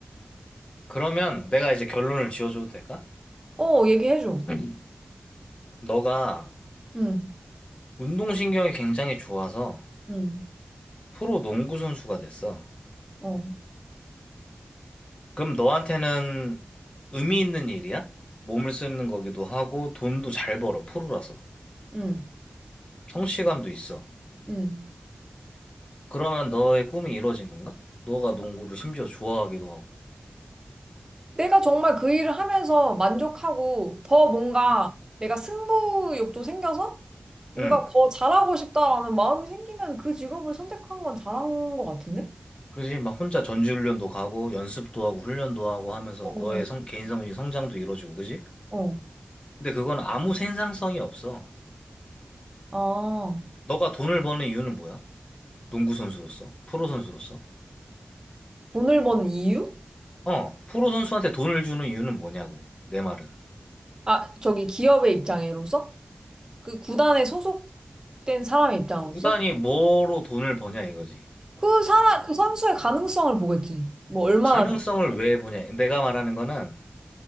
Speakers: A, on the left; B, on the right.
A: 그러면 내가 이제 결론을 지어줘도 될까?
B: 어, 얘기해줘.
A: 음. 너가
B: 응,
A: 운동신경이 굉장히 좋아서
B: 응,
A: 프로 농구 선수가 됐어.
B: 어,
A: 그럼 너한테는 의미 있는 일이야? 몸을 쓰는 거기도 하고 돈도 잘 벌어, 프로라서.
B: 응,
A: 성취감도 있어.
B: 응.
A: 그러면 너의 꿈이 이루어진 건가? 너가 농구를 심지어 좋아하기도 하고.
B: 내가 정말 그 일을 하면서 만족하고 더 뭔가
A: 음.
B: 내가 승부욕도 생겨서 뭔가
A: 응.
B: 더 잘하고 싶다라는 마음이 생기면 그 직업을 선택한 건 잘한 것 같은데?
A: 그지? 막 혼자 전지훈련도 가고 연습도 하고 훈련도 하고 하면서
B: 어,
A: 너의 성, 개인적인 성장도 이루어지고 그지?
B: 어.
A: 근데 그건 아무 생산성이 없어.
B: 아.
A: 너가 돈을 버는 이유는 뭐야? 농구 선수로서? 프로 선수로서?
B: 돈을 버는 이유?
A: 어, 프로 선수한테 돈을 주는 이유는 뭐냐고. 내 말은.
B: 아, 저기 기업의 입장으로서? 그 구단에 소속된 사람의 입장으로서?
A: 구단이 뭐로 돈을 버냐 이거지.
B: 그 사람, 그 선수의 가능성을 보겠지. 뭐 얼마나.
A: 가능성을 왜 보냐. 내가 말하는 거는